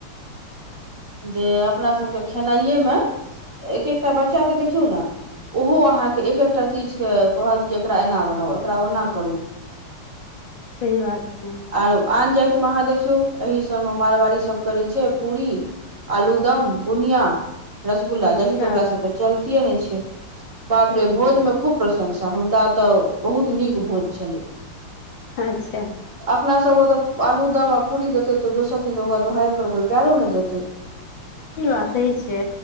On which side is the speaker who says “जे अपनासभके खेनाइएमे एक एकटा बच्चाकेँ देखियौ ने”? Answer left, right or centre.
Right